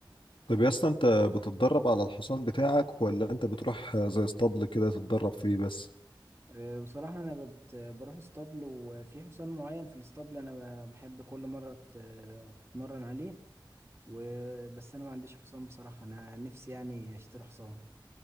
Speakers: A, on the left; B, on the right.
A: طب يا اسطى انت بتتدرب على الحصان بتاعك ولا انت بتروح آه، زي اسطبل كده تتدرب فيه بس
B: أه، بصراحة أنا بت... بروح اسطبل وفي حصان معين في الاسطبل أنا ب- بحب كل مرة أت- أتمرن عليه وبس أنا ما عنديش حصان بصراحة أنا نفسي يعني أشتري حصان